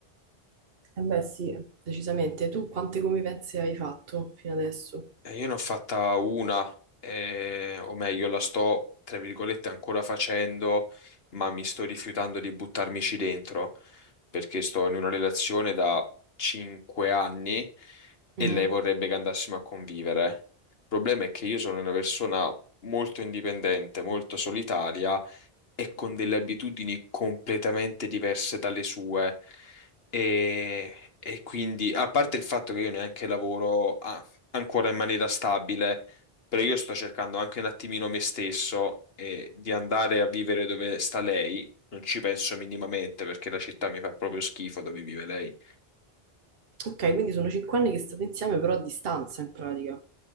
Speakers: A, on the right; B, on the left.
A: Eh beh, sì, decisamente. Tu quante convivenze hai fatto fino adesso?
B: Eh, Io ne ho fatta una, eh, o meglio, la sto, tra virgolette, ancora facendo, ma mi sto rifiutando di buttarmici dentro, perché sto in una relazione da cinque anni e
A: Mhm.
B: lei vorrebbe che andassimo a convivere. Il problema è che io sono una persona molto indipendente, molto solitaria e con delle abitudini completamente diverse dalle sue. E, e quindi, a parte il fatto che io neanche lavoro, ancora in maniera stabile, però io sto cercando anche un attimino me stesso e di andare a vivere dove sta lei. Non ci penso minimamente perché la città mi fa proprio schifo dove vive lei.
A: Ok, quindi sono cinque anni che state insieme, però a distanza in pratica.